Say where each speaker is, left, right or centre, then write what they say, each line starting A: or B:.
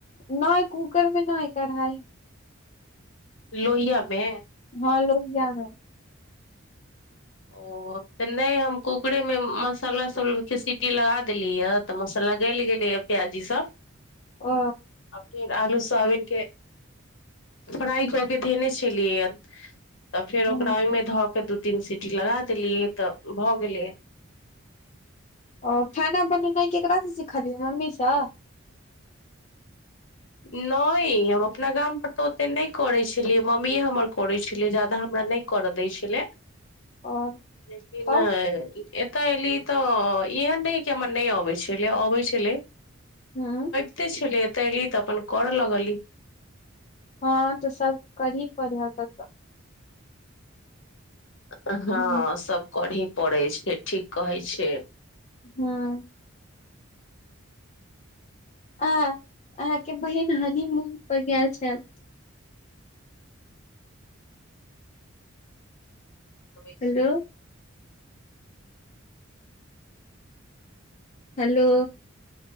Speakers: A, on the left; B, on the left.
A: नहि कूकर मे नहि ह कढ़ाइ
B: लोहिआमे
A: हँ लोहिया मे
B: ओ तऽ नहि हम कुकरे में मसाला सब के सीटी लगा देली ये तऽ मसाला गलि गेले ये प्याजी सब
A: ओ
B: आ केर आलू सोआबीन के फ्राई कऽ के धेने छलियै तऽ फेर
A: ह
B: ओकरा ओहिमे धऽ के दू तीन सीटी लगा देलियै तऽ भऽ गेलै
A: ओ खाना बनेनाइ केकरा से सिखलिय मम्मी सॅं
B: नहि हम अपना गाम पर तऽ ओते नहि करै छलियै मम्मीए हमर करै छलियै जादा हमरा नहि करअ दय छलै
A: ओ
B: लेकिन
A: तब
B: एतऽ एली तऽ एहन नहि कि हमर नहि अबै छलै अबै छलै
A: हँ
B: एते छले एते एली तऽ अपन करऽ लगली
A: हँ तऽ सब करही पड़े ह त
B: हँ
A: ह
B: सब करही पड़ै छै ठीक कहै छै
A: हँ आ अहाके बहिन हानिमून पर गेल छल।
B: अबै
A: हेलो
B: छै
A: हेलो